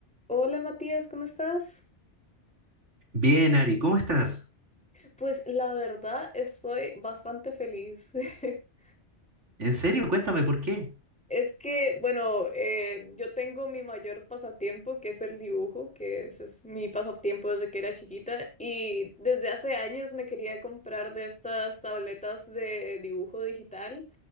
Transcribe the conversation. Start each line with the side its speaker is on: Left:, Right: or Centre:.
Centre: Hola Matías, ¿cómo estás?
Right: Bien, Ari, ¿cómo estás?
Centre: Pues la verdad estoy bastante feliz. <laughs>
Right: ¿En serio? Cuéntame por qué.
Centre: Es que, bueno, eh, yo tengo mi mayor pasatiempo, que es el dibujo, que ese es mi pasatiempo desde que era chiquita y desde hace años me quería comprar de estas tabletas de dibujo digital